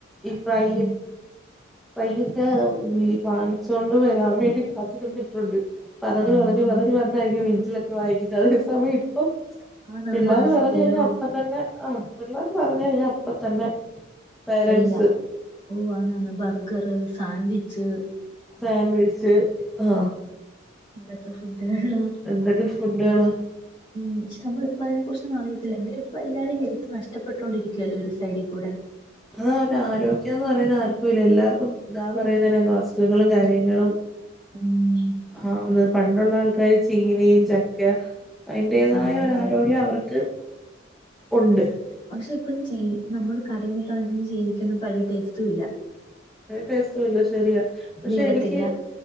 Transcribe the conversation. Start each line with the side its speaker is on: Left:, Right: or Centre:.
Centre: ഈ ഫ്രൈ
Left: ഉം
Centre: പയ്യൊക്കെ ഈ വാങ്ങിച്ചോണ്ട് വരാൻ വേണ്ടി കാത്തിര്ന്നിട്ട് ഉണ്ട് പറഞ്ഞ്
Left: ആഹ്
Centre: പറഞ്ഞ് പറഞ്ഞ് പറഞ്ഞായ്രിക്കും വീൻന്റിലൊക്കെ വാങ്ങിക്കുന്നത് അതേ സമയം ഇപ്പം
Left: ആന്നാന്ന്
Centre: പിള്ളാര്
Left: മാസത്തിലോ
Centre: പറഞ്ഞ് കഴിഞ്ഞാ അപ്പ തന്നെ ആഹ് പിള്ളേര് പറഞ്ഞ് കഴിഞ്ഞാ അപ്പ തന്നെ പേരൻസ്
Left: എല്ലാം <unintelligible> ബർഗറ് സാൻവിച്ച്
Centre: ഫമിൽസ് ആഹ്
Left: എന്തൊക്കെ ഫുഡ്കളാ
Centre: എന്തൊക്കെ ഫുഡ്കള്
Left: ഉ്ം ച്ചാ നമ്മളിപ്പം അതിനെ കുറിച്ചൊന്നും അറയത്തില്ലാ എങ്കിലും ഇപ്പൊ എല്ലാരും ഹെൽത്ത് നഷ്ടപ്പെട്ടോണ്ടിരിക്കുവ്യാ അല്ലോ ഒര് സൈഡി കൂടെ
Centre: അതാ ഒര് ആരോഗ്യം എന്ന് പറയുന്നത് ആർക്കും ഇല്ല എല്ലാർക്കും ദാ പറയുന്നതിനേ അസുഖങ്ങളും കാര്യങ്ങളും
Left: ഉം
Centre: ണ <unintelligible> പണ്ടുള്ളാ ആൾക്കാര് ചീനയും ചക്കാ അയിന്റേതായ
Left: ആണാണ്
Centre: ഒര് ആരോഗ്യം അവർക്ക് ഒണ്ട്.
Left: പശെ ഇപ്പം ചീനി നമ്മള് കടേന്നൊക്കെ വങ്ങിക്ക്ന്നാ ചീനിക്കൊന്നും പഴയ ടേസ്റ്റും ഇല്ല.
Centre: ഒരു ടേസ്റ്റ് ഇല്ല ശരിയാ, പക്ഷെ
Left: വേവത്തില്ല
Centre: എനിക്ക്